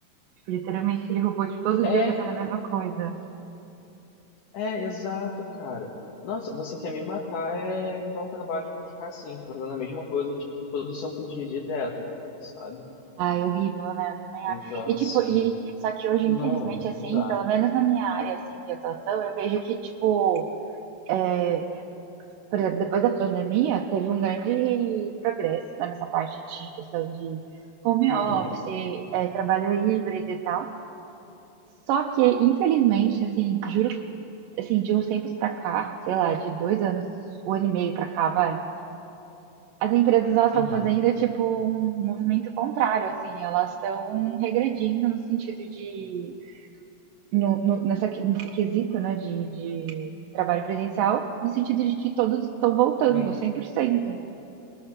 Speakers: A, on the right; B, on the left.
A: Tipo, literalmente aquele robô, tipo, todo
B: É,
A: dia fazendo a mesma coisa.
B: é, exato, cara. Nossa, você quer me matar, é me dar um trabalho pra eu ficar assim, fazendo a mesma coisa, tipo, todo santo dia, direto, cara, sabe?
A: Ai, horrível, né? Eu também
B: Então,
A: acho. E
B: assim,
A: tipo, e só que hoje,
B: não,
A: infelizmente, assim,
B: não dá.
A: pelo menos na minha área assim de atuação, eu vejo que tipo, é, por exemplo, depois da pandemia, teve um grande progresso, né, nessa parte de questão de home
B: Uhum,
A: office, é, trabalho híbrido e tal. Só que, infelizmente, assim, juro, assim, de uns tempos pra cá, sei lá, de dois anos, um ano e meio pra cá, vai. as empresas elas estão
B: uhum,
A: fazendo é, tipo um movimento contrário, assim, elas estão regredindo no sentido de no, no- nessa, nesse quesito, né, de, de trabalho presencial, no sentido de que todos estão voltando
B: sim.
A: 100%.